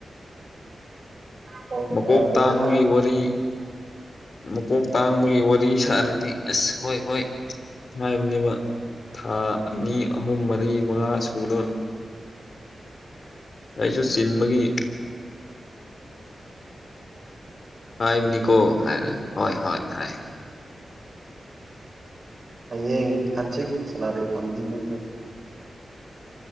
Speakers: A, on the right (about 55°); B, on the left (about 60°).
A: ꯐꯣꯟ
B: ꯃꯀꯣꯛ
A: ꯌꯥꯗ꯭ꯔꯦ
B: ꯇꯥꯡꯕꯒꯤ
A: ꯍꯥꯏꯅꯤ
B: ꯋꯥꯔꯤ
A: ꯃꯥ
B: ꯃꯀꯣꯛ ꯇꯥꯡꯕꯒꯤ ꯋꯥꯔꯤ ꯁꯥꯔꯅꯤ ꯑꯁ ꯍꯣꯏ ꯍꯣꯏ ꯃ꯭ꯍꯥꯏꯕꯅꯦꯕ ꯊꯥ ꯑꯅꯤ, ꯑꯍꯨꯝ, ꯃꯔꯤ, ꯃꯉꯥ ꯁꯨꯗꯣꯔꯦ ꯑꯩꯁꯨ ꯆꯤꯟꯕꯒꯤ
A: <inaudible>
B: ꯍꯥꯏꯕꯅꯤꯀꯣ ꯍꯥꯏꯔ ꯍꯣꯏ ꯍꯣꯏ ꯍꯥꯏ
A: ꯍꯥꯌꯦꯡ ꯍꯟꯆꯤꯛ ꯁꯦꯂꯥꯔꯤ ꯐꯪꯒꯅꯤ ꯅꯣꯏꯁꯨ꯫